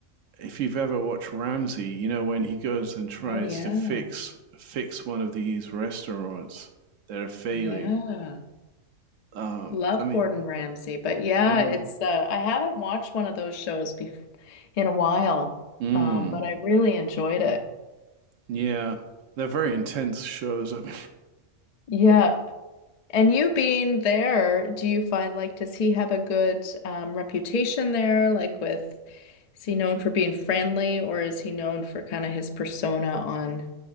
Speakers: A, on the right; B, on the left.
A: if you've ever watched Ramsay, you know when he goes and tries
B: Oh yeah.
A: to fix fix one of these restaurants that are failing.
B: Yeah.
A: Um,
B: Love
A: I mean,
B: Gordon Ramsay, but yeah,
A: yeah,
B: it's uh I haven't watched one of those shows bef in a while.
A: mm,
B: Um, but I really enjoyed it.
A: yeah, they're very intense shows. <laughs> I mean,
B: Yeah, And you being there, do you find like, does he have a good um, reputation there? Like with, is he known for being friendly or is he known for kind of his persona on